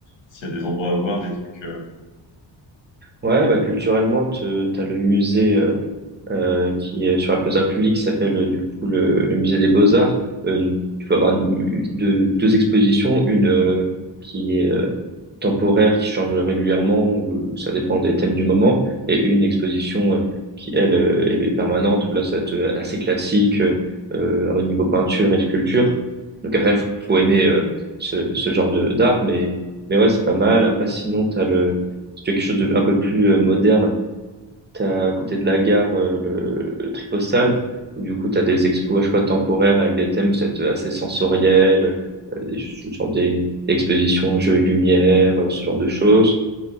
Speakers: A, on the left; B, on the right.
A: s'il y a des endroits à voir, des trucs. Euh,
B: Ouais, bah, culturellement, te- t'as le musée euh, euh, qui est sur la plaza publique, qui s'appelle euh, du coup le, le musée des Beaux-Arts. Euh, nous- tu peux avoir une- deux, deux expositions, une euh, qui est euh, temporaire qui change régulièrement, ou ça dépend des thèmes du moment, et une exposition euh, qui, elle, euh, est est permanente, où là, ça va être euh, assez classique euh, euh, au niveau peinture et sculpture. Donc après, faut, faut aimer euh, ce, ce genre de d'art, mais mais ouais, c'est pas mal. Après, sinon, t'as le si tu veux quelque chose de un peu plus euh, moderne, T'as à côté de la gare euh, le, le Tripostal, où du coup t'as des expos je chaque fois temporaires avec des thèmes c'est assez sensoriels, euh, des, ch- genre des, des expositions jeux et lumière, euh, ce genre de choses.